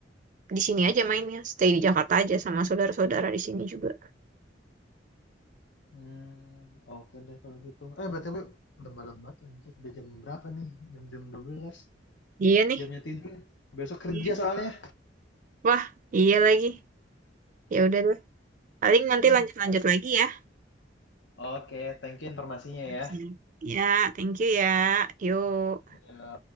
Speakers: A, on the right; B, on the left.
A: di sini aja mainnya, stay di Jakarta aja sama saudara-saudara di sini juga.
B: Hmm, oke deh kalau gitu. Eh, berarti udah malam banget anjir. Udah jam berapa nih? Jam-jam 12?
A: Iya nih.
B: Jamnya tidur. ya? Besok kerja
A: Iya.
B: soalnya.
A: Wah, iya lagi. Ya udah deh. Paling nanti
B: Eh,
A: lanjut-lanjut lagi ya.
B: Oke, thank you informasinya ya.
A: Siap. Ya, thank you ya. Yuk.
B: Ya,